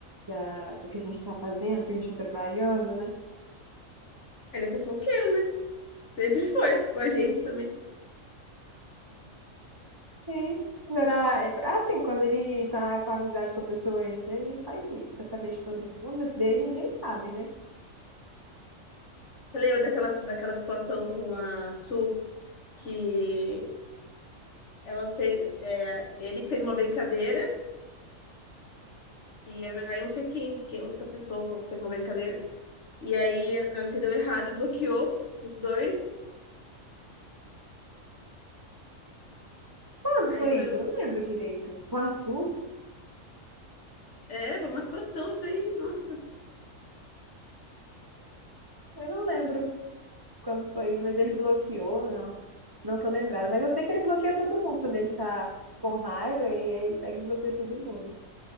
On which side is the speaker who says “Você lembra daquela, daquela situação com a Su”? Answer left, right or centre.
Left